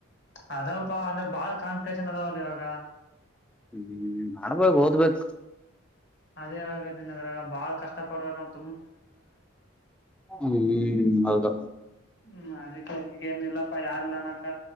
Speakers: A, on the left (about 55°); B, in the centre.
A: ಅದಾವಪ್ಪಾ ಅಂದ್ರೆ ಬಾಳ್ ಕಾಂಪಿಟೇಷನ್ ಅದಾವಲ್ಲ ಇವಾಗ
B: ಹ್ಮ್ ಮಾಡ್ಬೇಕು ಓದ್ಬೇಕು
A: ಅದೇ್ದಿ ಅದ್ರಾಗ ಬಾಳ್ ಕಷ್ಟ ಪಡ್ಬೇಕುಂಟ
B: ಹ್ಮ್ ಹೌದಾ
A: ಹ್ಮ್ ಅದಕ್ಕೆಗೇನ್ ಇಿಲ್ಲಪ್ಪ ಯಾರ್ಲ್ಲನಕ್ಕ